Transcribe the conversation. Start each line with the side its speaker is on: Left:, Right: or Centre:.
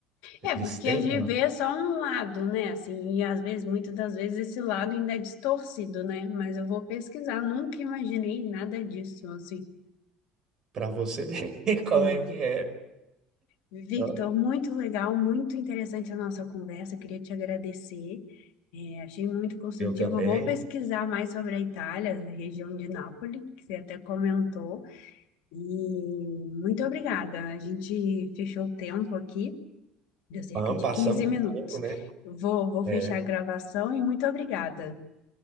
Left: É,
Right: eles
Left: porque
Right: têm
Left: a gente
Right: uma
Left: vê só um lado, né? Assim, e às vezes, muitas das vezes, esse lado ainda é distorcido, né? Mas eu vou pesquisar, nunca imaginei nada disso, assim.
Right: para você ver <laughs> como
Left: É,
Right: é que é.
Left: Victor,
Right: Eu
Left: muito legal, muito interessante a nossa conversa, queria te agradecer. É, achei muito construtivo.
Right: eu também.
Left: Eu vou pesquisar mais sobre a Itália, a região de Nápoles, que você até comentou. E muito obrigada. A gente fechou o tempo aqui. Deu cerca
Right: Vamos,
Left: de
Right: passamos
Left: 15 minutos.
Right: com o tempo, né?
Left: Vou, vou fechar
Right: É.
Left: a gravação e muito obrigada.